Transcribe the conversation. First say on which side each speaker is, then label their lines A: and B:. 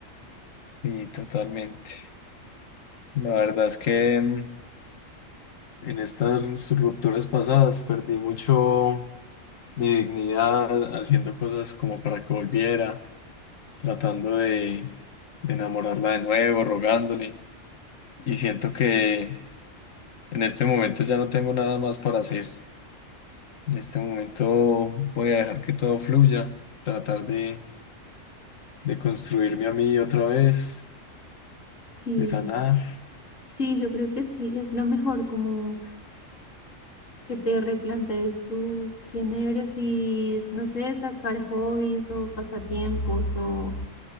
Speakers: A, on the left; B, on the left.
A: Sí, totalmente. La verdad es que mm, en estas rupturas pasadas perdí mucho mi dignidad haciendo cosas como para que volviera, tratando de, de enamorarla de nuevo, rogándole. Y siento que en este momento ya no tengo nada más para hacer. En este momento voy a dejar que todo fluya, tratar de, de construirme a mí otra vez,
B: Sí,
A: de sanar.
B: sí, yo creo que sí, es lo mejor, como que te replantees tú quién eres y, no sé, sacar hobbies o pasatiempos o,